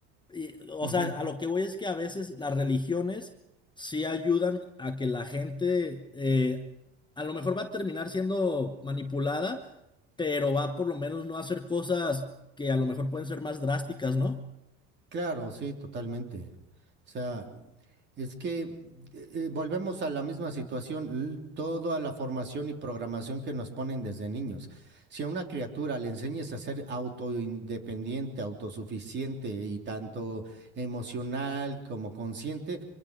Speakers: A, on the left (about 15°); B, on the right (about 35°).
A: y, o
B: ujú.
A: sea, a lo que voy es que a veces las religiones sí ayudan a que la gente, eh, a lo mejor va a terminar siendo manipulada, pero va por lo menos no a hacer cosas que a lo mejor pueden ser más drásticas, ¿no?
B: Claro, sí, totalmente. O sea, es que eh, eh, volvemos a la misma situación, l- toda la formación y programación que nos ponen desde niños. Si a una criatura le enseñas a ser autoindependiente, autosuficiente y tanto emocional como consciente,